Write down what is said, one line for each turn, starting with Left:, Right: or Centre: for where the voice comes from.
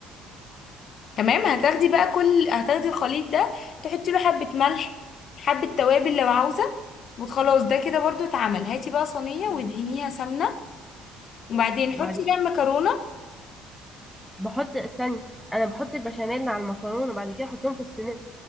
Left: تمام هتاخدي بقى كل هتاخدي الخليط ده تحطي له حبة ملح حبة توابل لو عاوزة وخلاص ده كده برضو اتعمل هاتي بقى صينية
Centre: تمام
Left: وادهنيها سمنة وبعدين
Centre: مم. وبعد
Left: حطي
Centre: كده
Left: فيها المكرونة
Centre: بحط استني انا بحط البشاميل على المكرونه وبعد كده احطهم في الصينيه